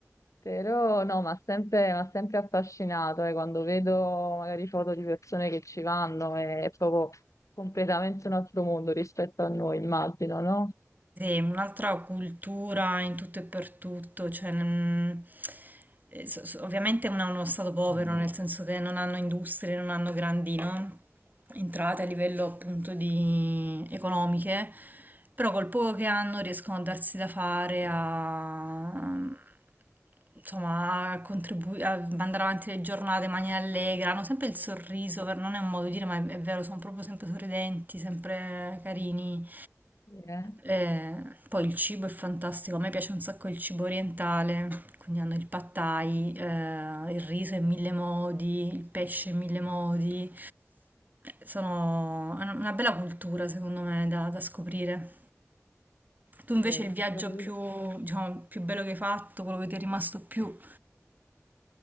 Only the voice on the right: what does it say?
Sì, un'altra cultura in tutto e per tutto, cioè, mm, eh, so- so- ovviamente non è uno stato povero, nel senso che non hanno industrie, non hanno grandi, no? entrate a livello appunto di economiche, però col poco che hanno riescono a darsi da fare a insomma, a contribu- a mandare avanti le giornate in maniera allegra, hanno sempre il sorriso, per- non è un modo di dire, ma è, è vero, sono proprio sempre sorridenti, sempre carini.
Eh, poi il cibo è fantastico, a me piace un sacco il cibo orientale, quindi hanno il pad thai, eh, il riso in mille modi, il pesce in mille modi. Sono è una una bella cultura, secondo me, da, da scoprire. Tu invece
il viaggio
più, diciamo, più bello che hai fatto, quello che ti è rimasto più